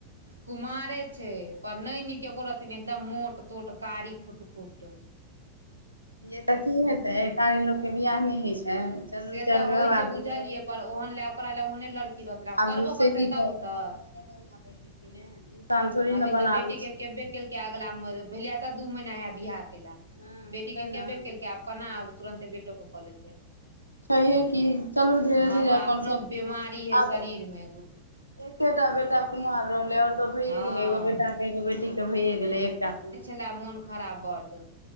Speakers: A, on the right (about 80°); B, on the left (about 85°).
A: कुमारे छै पर नै नीक एको रति नै एकदम मोट तोट कारी खुट ओ तऽ
B: यै तऽ की हेतै कारी लोक केँ बिआह नै होइ छै। चलू
A: से
B: चाइल
A: तऽ होइ
B: व्यवहार
A: छै बुझलियै
B: नीक रहते
A: पर
B: तब
A: ओहन
B: की
A: लए ओकरा लए ओहने लड़की
B: <inaudible>
A: रहतै
B: आब
A: करबो
B: से
A: करतै
B: की
A: तब
B: करबै
A: तऽ
B: भगवान <unintelligible> इंसान थोड़े न
A: अभी
B: बनाबै
A: तऽ बेटी के
B: छै।
A: केबे केलकै अगला मे भेलिया तऽ दू महीना हे बियाह केेल
B: हँ
A: बेटी
B: तै
A: केँ
B: ने
A: केबे केलकै आब केना आब। तुरन्ते बेेटो कऽ कऽ लेतै
B: छैहे कि चलू धीरे
A: हँ
B: धीरे
A: ओकरा
B: अपन
A: अपनो
B: सभ
A: बेमारी हय
B: <inaudible> आबै।
A: शरीर मे
B: <inaudible> एकेटा बेेटा कुमार रहलै और तऽ भइए
A: हँ
B: गेलै एगो बेटा केँ एगो बेटी केँ भइए गेलै एकटा कु
A: छलै मोन खराब बड